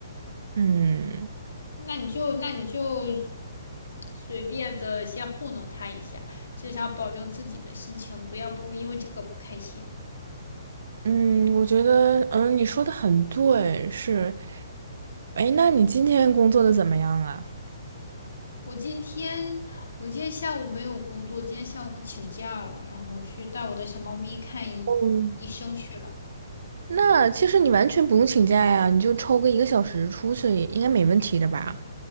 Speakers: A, on the right (about 60°); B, on the left (about 65°).
A: 嗯。
B: 那你就那你就随便的先糊弄他一下，至少保证自己的心情不要不因为这个不开心。
A: 嗯，我觉得，嗯，你说的很对，是。哎，那你今天工作的怎么样啊？
B: 我今天我今天下午没有工作，今天下午请假了，然后去带我的小猫咪看医医生去了。
A: 嗯，那其实你完全不用请假呀，你就抽个一个小时出去，应该没问题的吧？